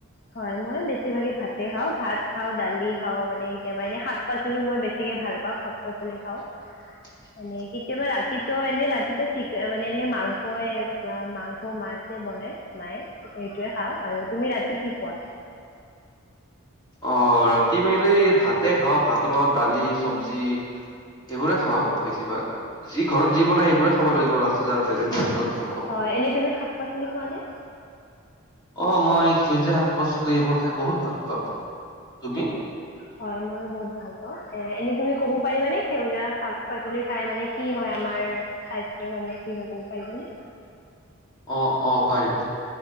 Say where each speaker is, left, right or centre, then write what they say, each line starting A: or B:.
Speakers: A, on the left (about 45°); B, on the left (about 20°).
A: হয় মই বেছিভাগে ভাতে খাওঁ? ভাত খাওঁ দালি খাওঁ মানে কেতিয়াবা এনে শাক পাচ পালিও মই বেছিকে ভাল পাওঁ শাক পাচলি খাওঁ।
B: <inaudible>
A: এনেই কেতিয়াবা ৰাতিটো এনে ৰাতিটো চিকে মানে এনেই মাংস মাংস মাছেই বনে। মায়ে সেইটোয়ে খাও আৰু তুমি ৰাতি কি খোৱা?
B: অ' ৰাতি মেইনলি ভাতে খাওঁ? ভাতৰ লগত দালি চবজি সেইবোৰে খাওঁ বেছিভাগ, যি ঘৰত যি বনাই সেইবোৰে খাব লাগিব লাষ্টত যায় আৰু বেলেগ মতে টোতো
A: হয়, এনেই তুমি শাক পাচলি খোৱা নে?
B: অ' মই সেউজীয়া শাক পাচলি এইবোৰ খাই বহুত ভাল পাওঁ, তুমি?
A: হয়, মই বহুত ভাল পাওঁ এ এনেই তুমি ক'ব পাৰিবানে সেউজীয়া শাক পাচলি খাই মানে কি হয় আমাৰ স্বাস্থ্যৰ কাৰণে কি হয় ক'ব পাৰিবনে?
B: অ', অ 'পাৰিম,